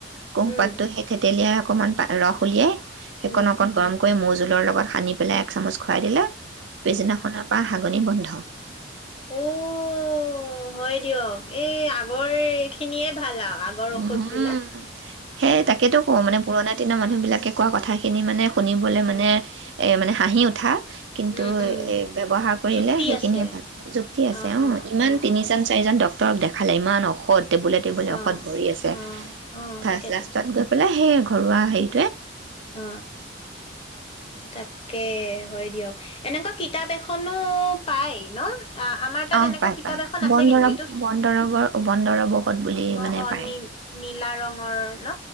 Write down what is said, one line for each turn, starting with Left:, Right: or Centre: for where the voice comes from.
Right: কোহপাতো,
Left: উম,
Right: সেই থেতেলীয়া অকণমান, ৰস উলিয়াই।
Left: উম,
Right: সেইকণ অকণ গৰম কৰি মৌজোল লৰ লগত সানি পেলাই, এক চামুচ খুৱাই দিলে পেছিনাখনৰ পৰা হাত <unintelligible> বন্ধ।
Left: উম হয় দিয়ক এই আগৰ এই খিনিয়ে ভাল আৰু, আগৰ ঔষধ
Right: উম
Left: বিলাক
Right: সেই তাকেতো কওঁ মানে পুৰণা দিনৰ মানুহবিলাকে কোৱা কথাখিনি মানে শুনিবলৈ
Left: উম,
Right: মানে, এই মানে হাঁহি উঠা। কিন্তু
Left: উম, উম,
Right: এই ব্যৱহাৰ কৰিলে
Left: যুক্তি
Right: সেইখিনিয়ে
Left: আছে।
Right: ভাল, যুক্তি আছে
Left: অ',
Right: অঁ‌।
Left: অ',
Right: ‌ ইমান
Left: অ',
Right: তিনিজন
Left: অ',
Right: চাৰিজন ডাক্তৰ ডাক্তৰক দেখালে, ইমান ঔষধ টেবুলে টেবুলে
Left: অ',
Right: ঔষধ ভৰি আছে,
Left: অ', অ',
Right: ফাৰ্ষ্ট
Left: তাকেতো।
Right: লাষ্টত গৈ পেলাই সেই আকৌ ঘৰুৱা হেৰি
Left: অ তাকে, হয় দিয়ক। এনেকুৱা কিতাপ এখনো পায় ন? অ আমাৰ তাত
Right: অ
Left: এনেকুৱা
Right: পাই
Left: কিতাপ
Right: পাই
Left: এখন আছে
Right: বন
Left: কিন্তু,
Right: দৰৱ
Left: ‌ এইটো
Right: বন দৰৱৰ বন
Left: অ
Right: দৰৱ ঔষধ বুলি
Left: অ
Right: মানে
Left: অ
Right: পায়
Left: নীম‌‌ নীলা ৰঙৰ ডাঙৰ ন